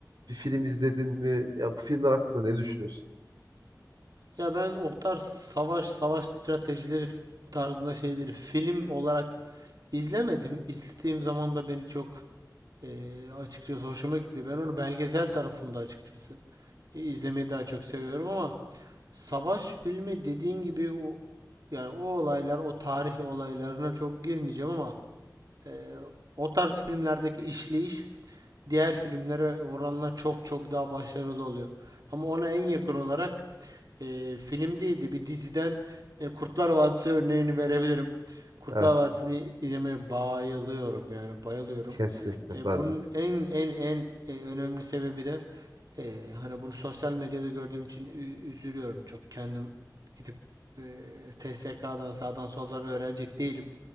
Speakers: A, on the right; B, on the right.
A: bir film izledin mi? Ya bu filmler hakkında ne düşünüyorsun?
B: Ya ben o tarz savaş, savaş stratejileri f- tarzında şeyleri film olarak izlemedim. İzlediğim zaman da beni çok eee, açıkçası hoşuma gitmiyor. Ben onu belgesel tarafında açıkçası e, izlemeyi daha çok seviyorum ama savaş filmi dediğin gibi o yani o olaylar, o tarih olaylarına çok girmeyeceğim ama eee, o tarz filmlerdeki işleyiş diğer filmlere oranla çok çok daha başarılı oluyor. Ama ona en yakın olarak e, film değildi bir diziden e, Kurtlar Vadisi örneğini verebilirim. Kurtlar
A: Evet,
B: Vadisi'ni izlemeye bayılıyorum yani bayılıyorum.
A: kesinlikle
B: E,
A: ben
B: bunun
A: de.
B: en en en e, önemli sebebi de e, hani bunu sosyal medyada gördüğüm için ü- üzülüyorum çok kendim gidip e, TSK'dan sağdan soldan öğrenecek değilim.